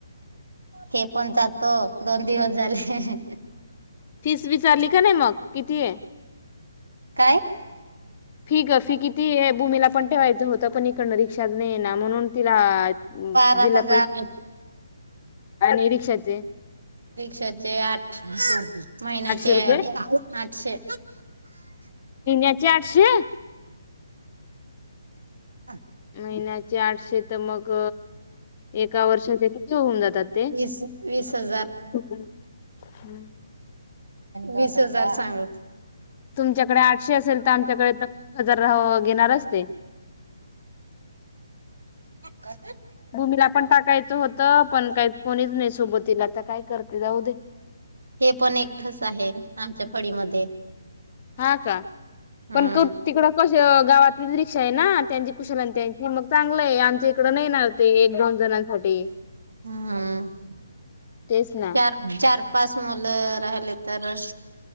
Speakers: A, on the right; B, on the left.
A: हे पण जातो दोन दिवस झाले
B: फीस विचारली का नाही मग किती आहे
A: काय
B: फी ग फी किती भूमीला पण ठेवायचं होतं पण इकडणार शिक्ष न ना म्हणून तिला
A: बारा
B: जिल्हा
A: हजार
B: परिषद हा निरीक्षाेत
A: रिक्षाचे आठ महिन्याचे
B: आठशे रुपये
A: आठशे
B: तण्याचे आठशे
A: ह
B: महिन्याचे आठशे तर मग एका वर्षाचे किती होऊन जातात ते
A: वीस वीस हजार
B: हम्म
A: वीस हजार सांगत
B: तुमच्याकडे आठशे असेल तर आमच्याकडे तर एक हजार रा घेणार असते
A: का
B: भूमीला पण टाकायचं होतं पण काही कोणीच नाही सोबतीला, आता काय करते जाऊ दे
A: हे पण एक ठस आहे. आमच्या फळीमध्ये
B: हा का
A: हम्म
B: पण क तिकडं कस गावातली ना, त्यांची कुशल आणि त्यांची मग चांगलं आहे आमच्या इकड नई णा ते एक दोन जणांसाठी
A: हम्म
B: तेच ना
A: चार चार पाच मुलं राहिले तरच